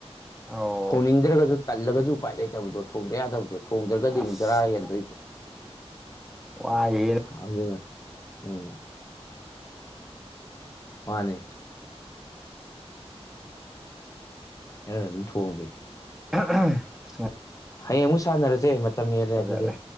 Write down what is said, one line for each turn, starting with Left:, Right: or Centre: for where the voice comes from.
Centre: ꯑꯥꯎ
Left: ꯊꯣꯡꯅꯤꯡꯗ꯭ꯔꯒꯁꯨ ꯇꯜꯂꯒꯁꯨ ꯎꯄꯥꯏ ꯂꯩꯇꯕꯗꯣ ꯊꯣꯡꯗ ꯌꯥꯗꯕꯗꯣ ꯊꯣꯡꯗ꯭ꯔꯒꯗꯤ
Centre: ꯑꯁ
Left: ꯑꯃꯨꯛ ꯆꯔꯥ ꯍꯦꯟꯗꯣꯏꯗꯣ
Centre: ꯋꯥꯏꯍꯦ
Left: ꯗ <unintelligible> ꯎꯝ ꯃꯥꯅꯦ ꯑꯦꯅ ꯑꯗꯨꯝ ꯊꯣꯡꯕꯤ
Centre: <unintelligible> <unintelligible>
Left: ꯍꯌꯦꯡ ꯑꯃꯨꯛ ꯁꯥꯟꯅꯔꯁꯦ ꯃꯇꯝ ꯍꯦꯜꯂꯦ
Centre: ꯐꯖꯔꯦ
Left: ꯑꯗꯨꯗꯤ